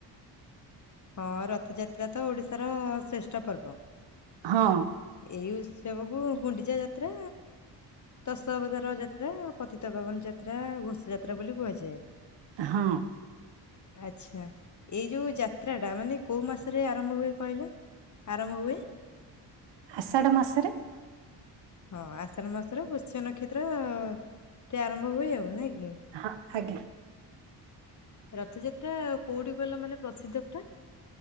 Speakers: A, on the left; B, on the right.
A: ହଁ ରଥଯାତ୍ରାତ ଓଡିଶାର ଶ୍ରେଷ୍ଠ ପର୍ବ।
B: ହଁ।
A: ଏଇ ଉତ୍ସବକୁ ଗୁଣ୍ଡିଚା ଯାତ୍ରା ତସଅବଦାର ଯା ଯାତ୍ରା ପତିତା ପାବନ ଯାତ୍ରା ଘୋଷ ଯାତ୍ରା ବୋଲି କୁହାଯାଏ।
B: ହଁ
A: ଆଚ୍ଛା ଏଇ ଯୋଉ ଯା ଯାତ୍ରାଟା ମାନେ କୋଉ ମାସରେ ଆରମ୍ଭ ହୁଏ କହିଲ ଆରମ୍ଭ ହୁ
B: ଆଷାଢ ମାସରେ।
A: ହଁ ଆଷାଢ ମାସର ପୁଷ୍ୟ ନକ୍ଷତ୍ରେ ଆରମ୍ଭ ହୁଏ ଆଉ ନାକି?
B: ହଁ ଆଜ୍ଞା।
A: ରଥଯାତ୍ରା କୋଉଠି କଇଁଲ ମାନେ ପ୍ରସିଦ୍ଧ ପୁରା?